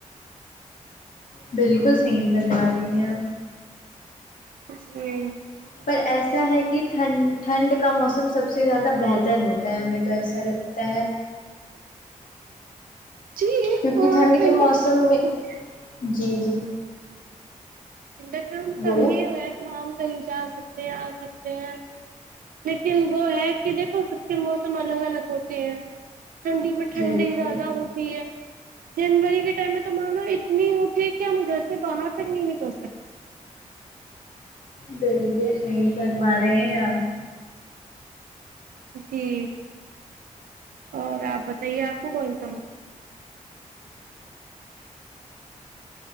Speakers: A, on the left (about 70°); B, on the right (about 85°).
A: بالکل صحیح فرما رہی ہیں آپ
B: کچھ نہیں
A: پر ایسا ہے کہ ٹھنڈ ٹھنڈ کا موسم سب سے زیادہ بہتر ہوتا ہے ہمیں تو ایسا لگتا تا ہے
B: جی
A: کیونکہ
B: ہاں
A: ٹھنڈ
B: ٹھنڈک
A: کے موسم سب میں جی جی
B: ٹھنڈک
A: بولے
B: مے یہ ہے کہ ہم کہیں جا سکتے ہیں آ سکتے ہیں لیکن وہ ہے کہ دیکھو سب کے موسم الگ الگ ہوتے ہیں ٹھنڈی میں ٹھنڈی
A: بالکل
B: زیادہ ہوتی ہے جنوری کے ٹائم میں تو مان لو اتنی ہوتی ہے کہ ہم گھر سے باہر تک نہیں نکل سکتے
A: بالکل صحیح فرما رہے ہیں آپ
B: جی اور آپ بتائیے آپ کو کون سا م <unintelligible>